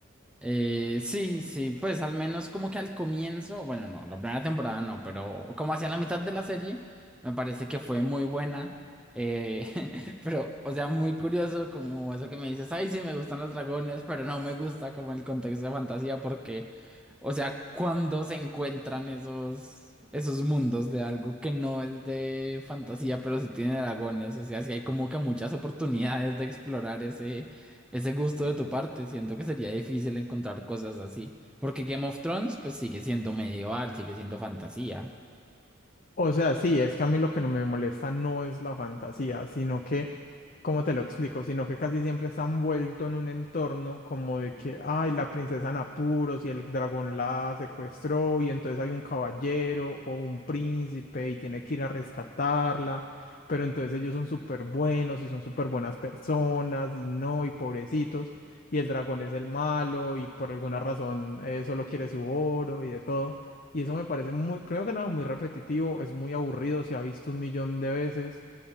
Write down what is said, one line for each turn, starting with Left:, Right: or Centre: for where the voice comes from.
Centre: Eh, sí, sí, pues al menos como que al comienzo, bueno, no, la primera temporada no, pero como hacia la mitad de la serie, me parece que fue muy buena. eh, <laughs> pero, o sea, muy curioso como eso que me dices, ay, sí, me gustan los dragones, pero no me gusta como el contexto de fantasía porque, o sea, cuando se encuentran esos, esos mundos de algo que no es de fantasía, pero sí tiene dragones, o sea, sí hay como que muchas oportunidades de explorar ese ese gusto de tu parte. Siento que sería difícil encontrar cosas así. Porque Game of Thrones, pues sigue siendo medieval, sigue siendo fantasía.
Left: O sea, sí, es que a mí lo que no me molesta no es la fantasía, sino que, ¿cómo te lo explico? Sino que casi siempre está envuelto en un entorno como de que, ay, la princesa en apuros y el dragón la secuestró y entonces hay un caballero o un príncipe y tiene que ir a rescatarla, pero entonces ellos son súper buenos y son súper buenas personas y no, y pobrecitos, y el dragón es el malo y por alguna razón eh, solo quiere su oro y de todo. Y eso me parece muy, primero que nada, muy repetitivo, es muy aburrido, se ha visto un millón de veces